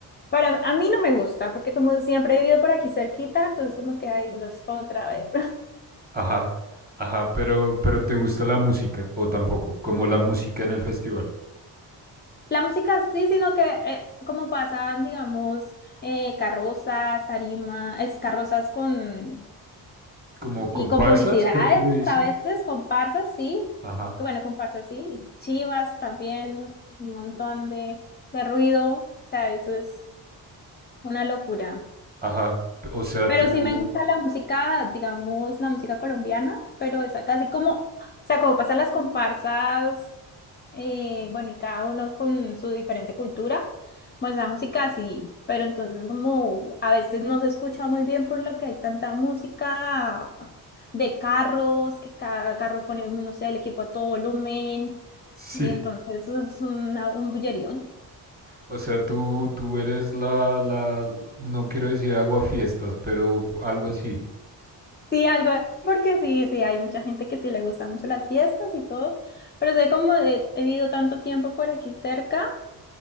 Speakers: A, on the left (about 25°); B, on the right (about 20°).
A: para a mí no me gusta, porque como siempre he vivido por aquí cerquita, entonces como que hay otra vez. <laughs>
B: Ajá, ajá, pero, pero ¿te gusta la música o tampoco? Como la música en el festival.
A: La música sí, sino que eh, como pasan, digamos, eh, carrozas, tarima, es carrozas con
B: Como
A: y
B: comparsas,
A: con publicidades,
B: creo que le dicen.
A: a veces comparsas, sí.
B: Ajá,
A: Bueno, comparsas sí, y chivas también, un montón de, de ruido, o sea, eso es una locura.
B: ajá. O sea,
A: Pero
B: tú,
A: sí me gusta la música, digamos, la música colombiana, pero es casi como, o sea, como pasan las comparsas, eh, bueno, y cada uno con su diferente cultura, pues la música sí, pero entonces como a veces no se escucha muy bien por lo que hay tanta música de carros, que cada carro pone, no sé, el equipo a todo volumen,
B: sí.
A: y entonces es una, un bullerío.
B: O sea, tú, tú eres la, la, no quiero decir aguafiestas, pero algo así.
A: Sí, algo así, porque sí, sí, hay mucha gente que sí le gustan mucho las fiestas y todo, pero sé como he, he vivido tanto tiempo por aquí cerca,